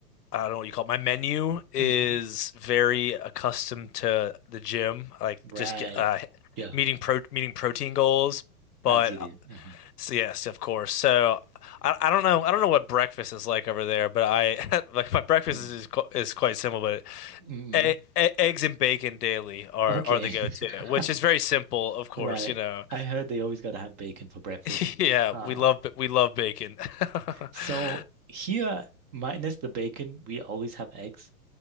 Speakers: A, on the left (about 80°); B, on the right (about 20°).
A: I don't know what you call it. My menu is
B: hmm
A: very accustomed to the gym, like
B: Right.
A: just get uh
B: Yeah,
A: meeting pro meeting protein goals. But
B: as you do.
A: uh,
B: hmm
A: so yes, of course. So I I don't know I don't know what breakfast is like over there, but I <laughs> like my breakfast
B: Mm.
A: is is, qu- is quite simple. But
B: hmm
A: e e eggs and bacon daily are
B: Okay.
A: are the go-to,
B: <laughs>
A: which is very simple, of course.
B: Right.
A: You know,
B: I heard they always got to have bacon for breakfast.
A: <laughs> yeah,
B: Um,
A: we love ba- we love bacon.
B: so
A: <laughs>
B: here, minus the bacon, we always have eggs.